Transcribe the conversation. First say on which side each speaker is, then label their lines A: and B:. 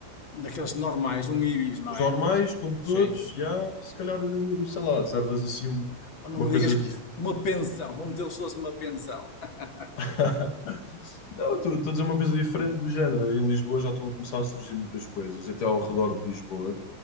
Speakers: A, on the left; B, on the left.
A: Daqueles normais, um Ibis, não
B: dos
A: é?
B: normais,
A: Daque-
B: como todos,
A: Sim.
B: já, se calhar, eh, sei lá, reservas assim um-
A: Ou não
B: uma
A: me
B: coisa
A: digas que-
B: diferente.
A: uma pensão, vão metê-los todos numa pensão. <laughs>
B: <laughs> Não, estou estou a dizer uma coisa diferente do género. Em Lisboa já estão a começar a surgir muitas coisas, até ao redor de Lisboa,